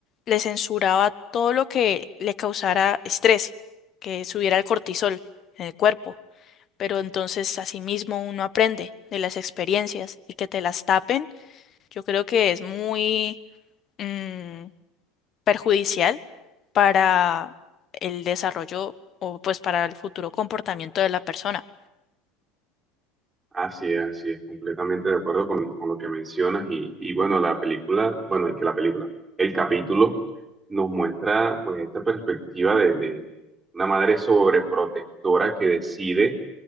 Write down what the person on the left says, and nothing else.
le censuraba todo lo que le causara estrés, que subiera el cortisol en el cuerpo. Pero entonces, asimismo, uno aprende de las experiencias y que te las tapen, yo creo que es muy mm, perjudicial para el desarrollo o pues para el futuro comportamiento de la persona.